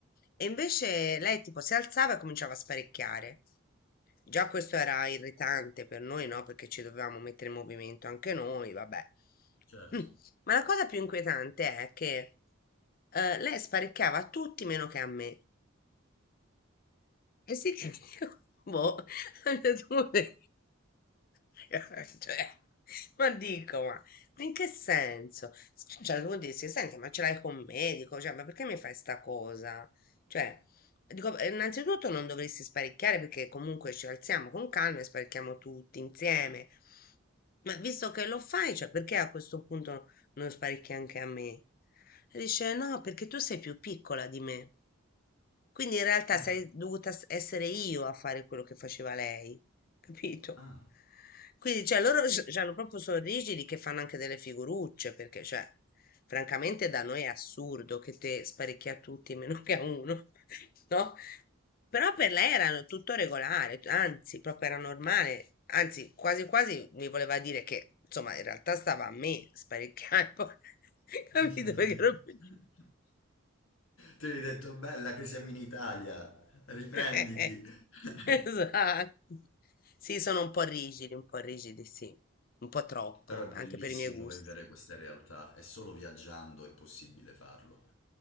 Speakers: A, on the left; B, on the left.
A: E invece lei tipo si alzava e cominciava a sparecchiare. Già questo era irritante per noi, no? Perché ci dovevamo mettere in movimento anche noi, vabbè.
B: certo.
A: Mm. Ma la cosa più inquietante è che eh, lei sparecchiava a tutti meno che a me. E sì che io, boh, <laughs> ho detto, "Vabbè". <laughs> Cioè, ma dico, ma ma in che senso? C- Cioè, devo dirsi, senti, ma ce l'hai con un medico? Cioè, ma perché mi fai sta cosa? Cioè, dico, eh, innanzitutto non dovresti sparicchiare perché comunque ci alziamo con calma e sparicchiamo tutti insieme. Ma visto che lo fai, cioè, perché a questo punto non sparicchi anche a me? E dice, no, perché tu sei più piccola di me. Quindi in realtà
B: Ah,
A: sarei dovuta s- essere io a fare quello che faceva lei, <laughs> capito?
B: ah.
A: Quindi, cioè, loro hanno proprio sono rigidi che fanno anche delle figurucce, perché, cioè, francamente da noi è assurdo che te sparecchi a tutti meno che a uno, <laughs> no? Però per lei era tutto regolare, anzi, proprio era normale, anzi, quasi quasi mi voleva dire che, insomma, in realtà stava a me sparecchiare, <laughs> poi, capito?
B: <laughs>
A: Perché ero più
B: Tu gli hai detto bella che siamo in Italia, riprenditi.
A: <laughs>
B: <laughs>
A: Esatto. Sì, sono un po' rigidi, un po' rigidi, sì, un po' troppo,
B: Però è bellissimo
A: anche per i miei gusti,
B: vivere queste realtà, è solo viaggiando è possibile farlo.